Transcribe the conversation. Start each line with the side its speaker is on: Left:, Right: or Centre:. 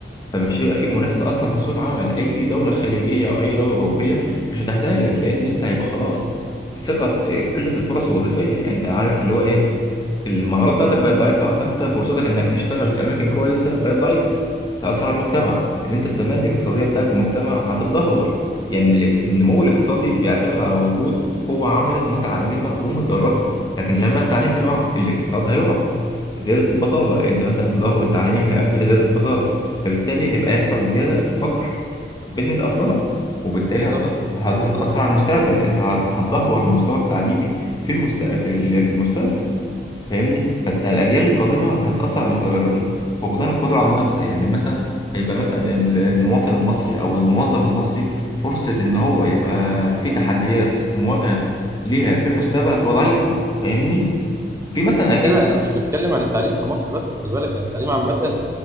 Left: فمش هيبقى في منافسه اصلا في سوق العمل اي دوله خليجيه او اي دوله اوروبيه مش هتحتاجك لان انت هيبقى خلاص ثقه آه، قله الفرص الوظيفيه يعني انت عارف اللي هو ايه المهارات بتاعتك بقت ضعيفه فانت فرصتك انك تشتغل في اماكن كويسه بقت ضعيفه تاثر على المجتمع اللي انت التنميه الاقتصاديه بتاعت المجتمع هتتدهور يعني ال- النمو الاقتصادي بيعتمد على وجود قوه عامله متعلمه ومتدربه لكن لما التعليم يقع الاقتصاد هيقع زيادة البطالة يعني أنت مثلا تدهور التعليم هيؤدي لزيادة البطالة فبالتالي هيبقى يحصل زيادة في فقر بين الأفراد وبالتالي
Right: بالظبط
Left: هت- هت-
Right: بالظبط
Left: هتأثر على المستقبل أنت هت- هتدهور المستوى التعليمي في المست... في ال- في المستقبل فاهمني فالأجيال القادمة هتأثر على مستقبلهم فقدان القدرة على المنافسة يعني مثلا هيبقى مثلا ال- المواطن المصري أو الموظف المصري فرصة إن هو يبقى في تحديات ومواجهة ليها في المستقبل هتبقى ضعيفة فاهمني في مثلا
Right: بس
Left: أكيد
Right: انا انا مش بتكلم عن التعليم في مصر بس خلي بالك يعني التعليم عامه